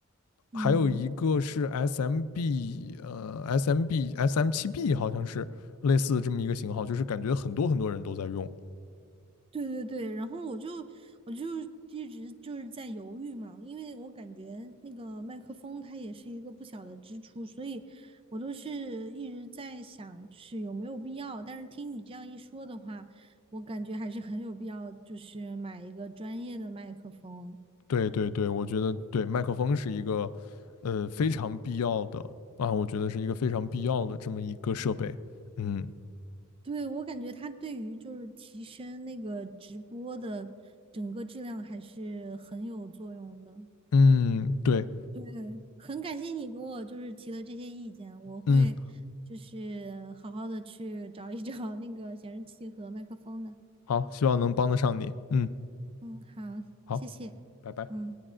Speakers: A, on the right (about 25°); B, on the left (about 80°).
A: 嗯，
B: 还有一个是 SMB 呃 SMB SM 七 B 好像是类似这么一个型号，就是感觉很多很多人都在用。
A: 对对对，然后我就我就一直就是在犹豫嘛，因为我感觉那个麦克风它也是一个不小的支出，所以我都是一直在想，就是有没有必要。但是听你这样一说的话，我感觉还是很有必要，就是买一个专业的麦克风。
B: 对对对，我觉得对麦克风是一个呃非常必要的啊，我觉得是一个非常必要的这么一个设备。嗯
A: 对，我感觉它对于就是提升那个直播的整个质量还是很有作用的。
B: 嗯，对。
A: 对，很感谢你给我就是提的这些意见，我会就是好好的去找一找那个显示器和麦克风的。
B: 嗯，好，希望能帮得上你。嗯，
A: 嗯，好，
B: 好，
A: 谢谢。
B: 拜拜。
A: 嗯。